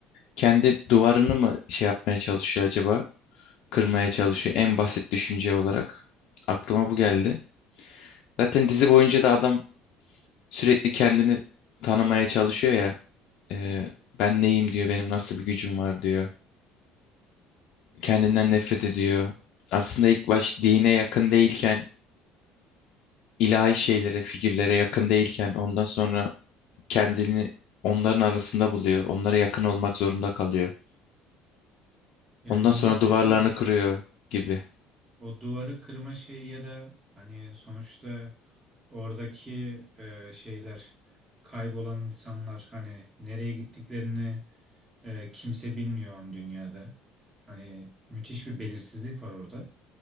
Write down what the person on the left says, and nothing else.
Kendi duvarını mı şey yapmaya çalışıyor acaba? Kırmaya çalışıyor en basit düşünce olarak. Aklıma bu geldi. Zaten dizi boyunca da adam sürekli kendini tanımaya çalışıyor ya. E, ben neyim diyor, benim nasıl bir gücüm var diyor. Kendinden nefret ediyor. Aslında ilk baş dine yakın değilken, ilahi şeylere, figürlere yakın değilken ondan sonra kendini onların arasında buluyor. Onlara yakın olmak zorunda kalıyor.
Ondan sonra
duvarlarını
kırıyor gibi.